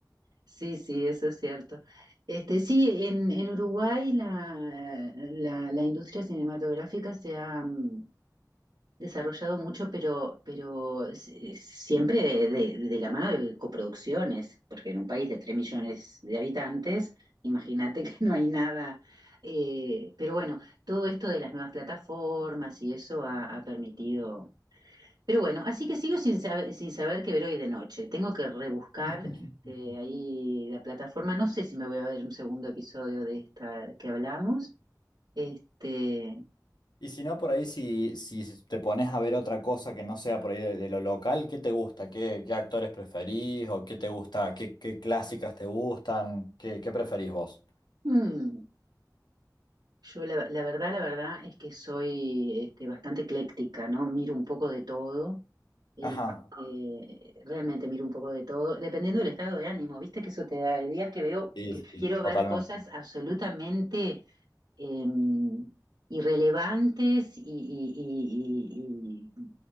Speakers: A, on the right (about 70°); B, on the left (about 85°).
A: sí, sí, eso es cierto. Este, sí, en, en Uruguay la, la, la industria cinematográfica se ha mm, desarrollado mucho, pero, pero s- siempre de, de- de la mano de coproducciones, porque en un país de 3 millones de habitantes, imagínate que no hay nada. Eh, pero bueno, todo esto de las nuevas plataformas y eso ha ha permitido Pero bueno, así que sigo sin saber, sin saber qué ver hoy de noche. Tengo que rebuscar
B: <laughs>
A: este, ahí la plataforma. No sé si me voy a ver un segundo episodio de esta que hablamos. Este,
B: Y si no, por ahí, si, si te pones a ver otra cosa que no sea por ahí de, de lo local, ¿qué te gusta? ¿Qué, qué actores preferís? ¿O qué te gusta? ¿Qué, qué clásicas te gustan? ¿Qué, qué preferís vos?
A: mm, yo la, la verdad, la verdad es que soy este, bastante ecléctica, ¿no? Miro un poco de todo. eh,
B: Ajá.
A: eh, realmente miro un poco de todo, dependiendo del estado de ánimo, viste que eso te da, hay días que veo
B: Sí,
A: que quiero
B: sí, totalmente.
A: ver cosas absolutamente eh, irrelevantes y, y- y- y- y,